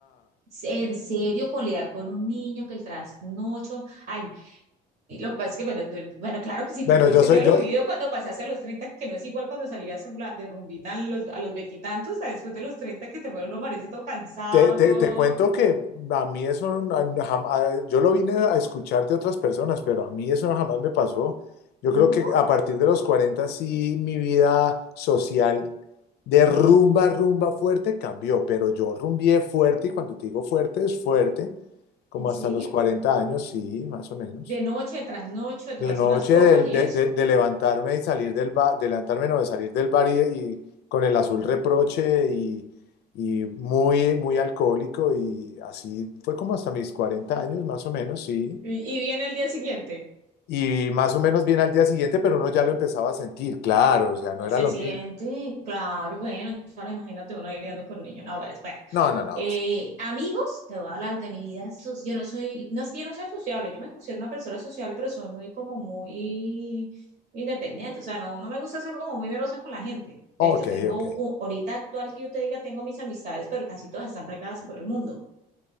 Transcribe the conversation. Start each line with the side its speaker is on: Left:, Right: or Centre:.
Right: En serio, con lidiar con un niño que el trasnocho. Ay, Y lo que pasa es que, bueno, tú eres- bueno, claro que si
Left: Bueno,
Right: tú tuviste
Left: yo soy,
Right: que haberlo
Left: yo
Right: vivido cuando pasaste a los treinta que no es igual cuando salías a la- de rumbita a los, a los veintitantos, a después de los 30 que te uno amanece todo cansado,
Left: te, te-
Right: todo.
Left: te cuento que a mí eso, no- jam- a- yo lo vine a escuchar de otras personas, pero a mí eso no jamás me pasó. Yo
Right: ¿No?
Left: creo que a partir de los 40 sí mi vida social de rumba, rumba fuerte cambió, pero yo rumbié fuerte y cuando te digo fuerte es fuerte, como
Right: ¿En serio?
Left: hasta los 40 años, sí, más o menos.
Right: De noche, de trasnocho, de
Left: De
Right: tomarse
Left: noche,
Right: unas copas
Left: de,
Right: y
Left: de-
Right: eso.
Left: de- de levantarme y salir del bar, de levantarme, no, de salir del bar y, y con el azul reproche y, y muy, muy alcohólico y así fue como hasta mis 40 años, más o menos, sí.
Right: Y, y viene el día siguiente.
Left: Y más o menos bien al día siguiente, pero uno ya lo empezaba a sentir, claro, o
Right: Ah,
Left: sea, no era
Right: Se
Left: lo
Right: siente,
Left: mismo.
Right: claro, bueno, ahora imagínate uno ahí lidiando con niños. No, bueno, espera.
Left: No, no, no,
Right: Eh,
Left: sí.
Right: amigos, te voy a hablar de mi vida. so- Yo no soy, no es que yo no sea sociable, yo me considero una persona sociable, pero soy muy como muy independiente. O sea, no, no me gusta ser como muy merosa con la gente.
Left: Ok,
Right: De hecho, tengo,
Left: ok.
Right: un- ahorita actual que yo te diga, tengo mis amistades, pero casi todas están regadas por el mundo.